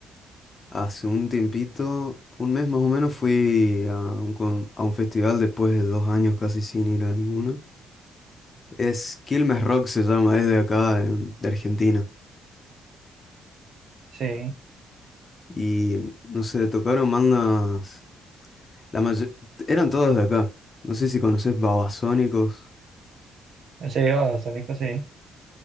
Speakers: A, on the left; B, on the right.
A: Hace un tiempito, un mes más o menos, fui a un, con- a un festival después de dos años casi sin ir a ninguno. Es Quilmes Rock se llama, es de acá, en- de Argentina.
B: Sí,
A: Y no sé, tocaron bandas, la mayo- eran todos de acá. No sé si conoces Babasónicos.
B: sí, a los Sónicos sí.